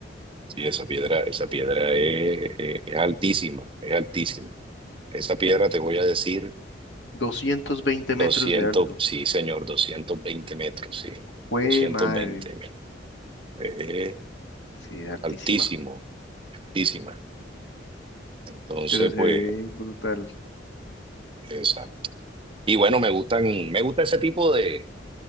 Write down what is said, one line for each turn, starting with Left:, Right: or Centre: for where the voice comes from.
Right: Sí, esa piedra, esa piedra es, es- es altísima, es altísima. Esa piedra te voy a decir
Left: doscientos veinte
Right: doscientos
Left: metros de alto.
Right: sí señor, 220 metros, sí,
Left: ¡Jue
Right: doscientos
Left: madre!
Right: veinte es
Left: Sí, es altísima.
Right: altísimo, altísima. Entonces,
Left: Pero se
Right: pues,
Left: ve brutal
Right: esa. Y bueno, me gustan, me gusta ese tipo de